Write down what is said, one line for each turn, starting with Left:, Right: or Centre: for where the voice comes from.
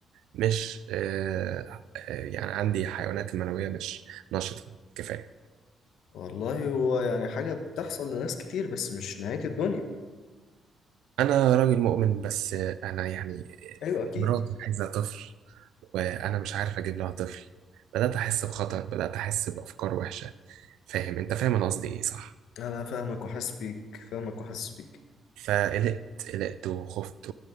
Right: مش آه، آه، يعني عندي حيوانات المنوية مش نشطة كفاية
Left: والله هو يعني حاجة بتحصل لناس كتير بس مش نهاية الدنيا
Right: انا راجل مؤمن بس آه، انا يعني
Left: أيوة أكيد
Right: آه، مراتي عايزة طفل وانا مش عارف اجيب لها طفل بدأت احس بخطر بدأت احس بافكار وحشة فاهم انت فاهم انا قصدي ايه صح
Left: أنا فاهمك وحاسس بيك فاهمك وحاسس بيك
Right: فقلقت قلقت وخفت